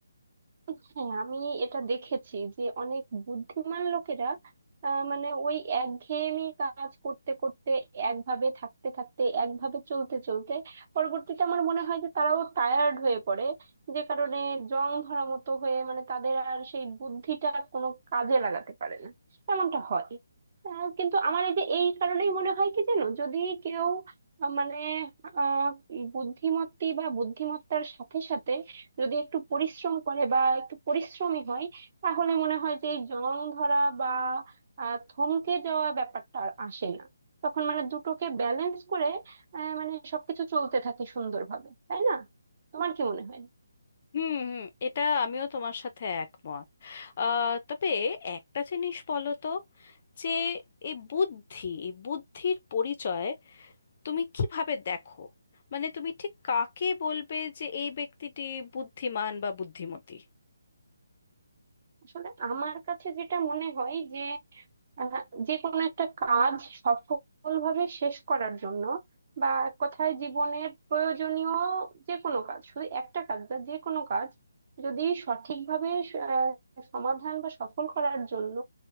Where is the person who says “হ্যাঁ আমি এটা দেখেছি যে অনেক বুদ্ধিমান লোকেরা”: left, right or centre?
Right